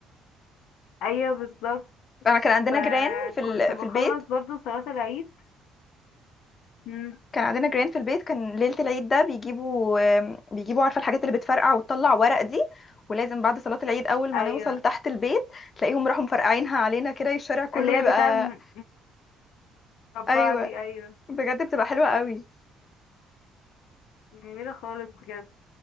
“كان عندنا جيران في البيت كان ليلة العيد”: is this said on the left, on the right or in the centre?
Left